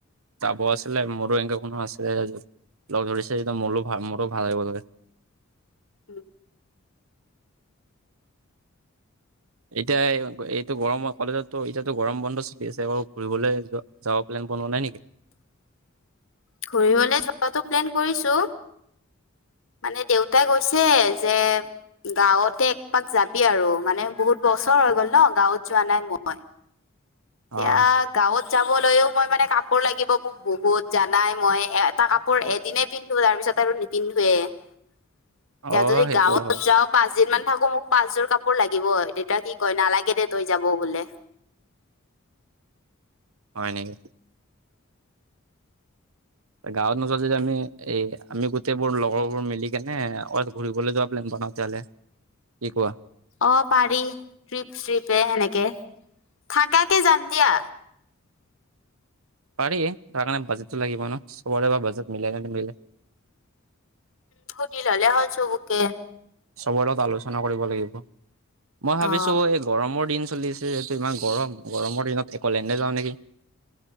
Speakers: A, on the right; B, on the left.
A: যাব আছিলে মোৰো এনেকে কোনো আছিলে লগ ধৰিছে মোৰো মোৰো ভাল লাগিব ত <inaudible>
B: উম,
A: এতিয়া এইটো গৰমৰ কলেজতো এতিয়াতো গৰম বন্ধ চলি আছে বৌ ঘুৰিবলৈ যাব প ন বন নাই নেকি?
B: ঘুৰিবলৈ যোৱাতটো প্লেন কৰিছো।
A: <inaudible>
B: মানে দেউতাই কৈছে যে গাৱতে একমাক যাবি আৰু মানে বহুত বছৰ হৈ গ'ল ন গাঁৱত যোৱা নাই মই।
A: অ',
B: তেওঁ গাঁৱত যাবলৈও মই মানে কাপোৰ লাগিব মোক বহুত জানাই মই এটা কাপোৰ এদিনে পিন্ধো তাৰ পিছত আৰু নিপিন্ধোৱে এতিয়া
A: অ',
B: যদি
A: সেইটো
B: গাঁৱত
A: হয়,
B: যাওঁ পাঁচ দিন মান থাকো মোক পাচযোৰ কাপোৰ লাগিব তেতিয়া কি কয় নালাগে দে তই যাব বোলে।
A: তেনেকে গাঁৱত নোজোৱা যদি আমি এ আমি গোটেই বোৰ লগৰবোৰ মিলি কেনে অ ঘুৰিবলৈ যোৱা প্লে কি কোৱা
B: অ পাৰি ট্ৰিপ চ্ৰিপে সেনেকে থাকাকে যাম দিয়া।
A: পাৰি তাৰ কাৰণে বাজেটটো লাগিব ন চবৰে বা বাজেট মিলে নে নিমিলে।
B: সুধি ললেই হল চবকে
A: চবৰে লগত আলোচনা কৰিব লাগিব মই ভাবিছো
B: অ
A: এই গৰমৰ দিন চলি আছে এইটো ইমান গৰম গৰমৰ দিনত একলেণ্ডে যাওঁ নেকি।